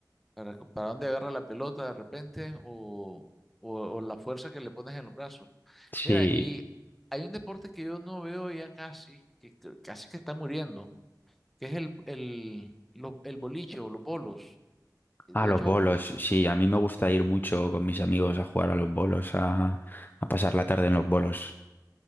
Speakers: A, in the centre; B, on the left (about 25°).
A: para, para dónde agarra la pelota de repente o, o, o la fuerza que le pones en los brazos.
B: Sí,
A: Mira, y hay un deporte que yo no veo ya casi, que que casi que está muriendo, que es el, el, lo- el boliche o los bolos. De
B: a los
A: hecho,
B: bolos, sí, a mí me gusta ir mucho con mis amigos a jugar a los bolos, a, a pasar la tarde en los bolos.